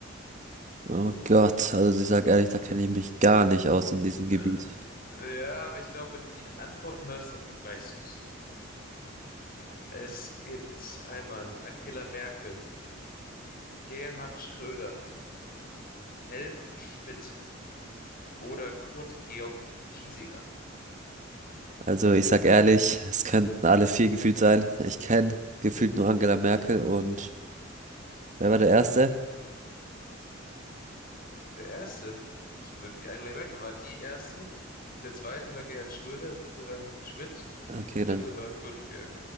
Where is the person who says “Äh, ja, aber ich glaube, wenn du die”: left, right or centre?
Left